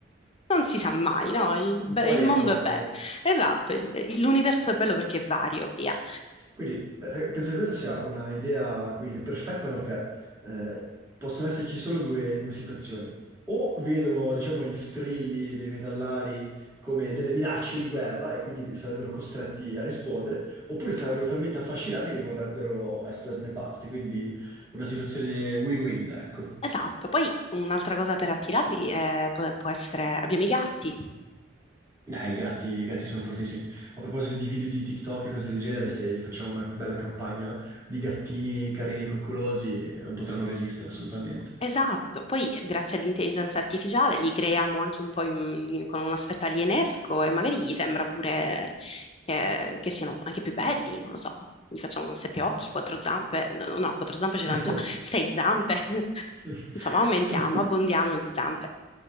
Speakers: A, on the left; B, on the right.
A: Non si sa mai, no? Il,
B: un
A: be-
B: po'
A: il
B: emo
A: mondo
B: anche.
A: è bello. Esatto, il- l'universo è bello perché è vario, via.
B: Quindi pe- penso che questa sia una idea, come dire, perfetta perché eh, possono esserci solo due, due situazioni. O vedono, diciamo, gli strilli dei metallari come delle minacce di guerra e quindi sarebbero costretti a rispondere, oppure sarebbero talmente affascinati che vorrebbero esserne parte. Quindi una situazione win-win, ecco.
A: Esatto. Poi un'altra cosa per attirarli eh, può può essere... Abbiamo i gatti.
B: Eh, i gatti, i gatti sono fortissimi. A proposito di video di TikTok e cose del genere, se gli facciamo una bella campagna di gattini carini e coccolosi, eh, non potranno resistere assolutamente.
A: Esatto, poi eh, grazie all'intelligenza artificiale li creiamo anche un po' in- in- con un aspetto alienesco e magari gli sembra pure che, che siano anche più belli, non lo so, gli facciamo sette occhi, quattro zampe, no, no, no, quattro zampe ce
B: <laughs>
A: l'hanno già, sei zampe, <laughs>
B: <laughs>
A: insomma aumentiamo, abbondiamo di zampe.